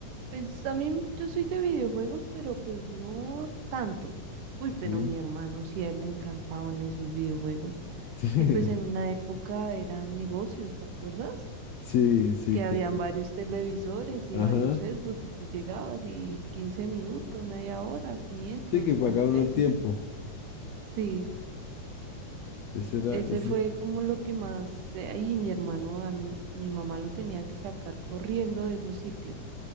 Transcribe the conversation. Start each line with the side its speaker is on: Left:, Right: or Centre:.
Right: Pues también yo soy de videojuegos, pero pues no tanto. Uy, pero
Left: sí,
Right: mi hermano sí, a él le encantaban esos videojuegos.
Left: <laughs> sí,
Right: Y pues en una época eran negocios, ¿te acuerdas?
Left: sí, sí,
Right: Que habían
Left: que,
Right: varios televisores y
Left: ajá,
Right: varios Xbox y tú llegabas y 15 minutos, media hora, quinientos
Left: sí, que paga
Right: mil
Left: uno
Right: pesos.
Left: el tiempo,
Right: Sí,
Left: ese era,
Right: ese
Left: ese,
Right: fue como lo que más... eh, Ahí mi hermano, a mí- mi mamá lo tenía que sacar corriendo de esos sitios.